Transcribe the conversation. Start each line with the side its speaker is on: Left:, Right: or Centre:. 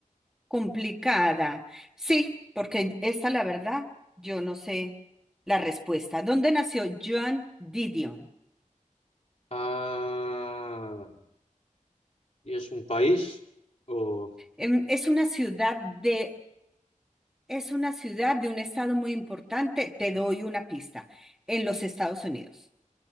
Centre: complicada. Sí, porque esta, la verdad, yo no sé la respuesta. ¿Dónde nació Joan Didion?
Left: Ah, ¿y es un país? O,
Centre: Em, Es una ciudad de Es una ciudad de un estado muy importante. Te doy una pista. En los Estados Unidos.